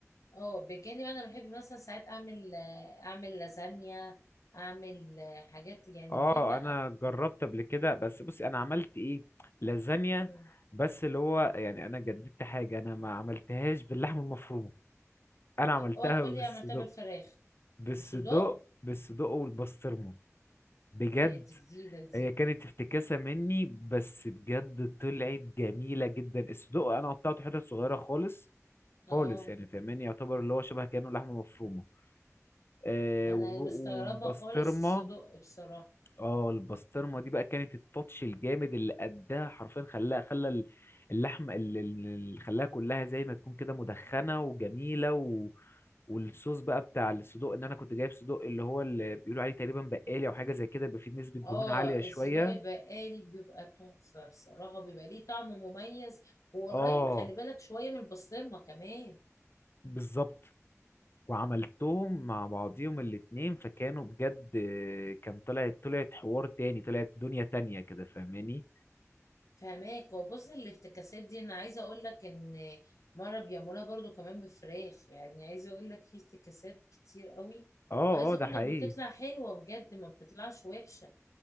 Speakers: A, on the left; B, on the left.
A: اه بجانب انا بحب مثلا ساعات اعمل اعمل لازانيا اعمل حاجات يعني
B: اه
A: بحب
B: انا جربت قبل كده بس بصي انا عملت ايه لازانيا
A: أ...
B: بس اللي هو يعني انا جددت حاجة انا ما عملتهاش باللحمة المفرومة انا عملتها
A: اوعى تقول
B: بس
A: لي عملتها بالفراخ
B: بالصدق
A: بالصدوق
B: بالصدق والبسطرمة بجد
A: يا دي جديدة دي
B: هي كانت افتكاسة مني بس بجد طلعت جميلة جدا الصدق انا قطعته حتت صغيرة خالص
A: اه
B: خالص يعني فاهماني يعتبر اللي هو شبه كأنه لحمة مفرومة آه
A: ما
B: و-
A: انا مستغربة
B: وبسطرمة
A: خالص الصدوق بصراحة
B: اه البسطرمه دي بقى كانت التاتش الجامد اللي اداها حرفيا خلاها خلى ال- اللحمه ال- ال- اللي خلاها كلها زي ما تكون كده مدخنه وجميله و... والصوص بقى بتاع الصدوق ان انا كنت جايب صدوق اللي هو اللي بيقولوا عليه تقريبا بقالي او حاجه زي كده يبقى فيه نسبه دهون
A: اه
B: عاليه شويه
A: الصدوق البقالي بيبقى تحفة بصراحة بيبقى ليه طعم مميز وقريب
B: اه
A: خلي بالك شوية من البسطرمة كمان
B: بالظبط وعملتهم مع بعضيهم الاتنين فكانوا بجد كان طلعت طلعت حوار تاني طلعت دنيا تانية كده فاهماني
A: فهماك وبص الافتكاسات دي انا عايزة اقول لك ان مرة بيعملوها برضو كمان بفراخ يعني عايزة اقول لك في افتكاسات كتير قوي
B: اه
A: وعايزة
B: اه ده
A: اقول
B: حقيقي
A: لك بتطلع حلوة بجد ما بتطلعش وحشة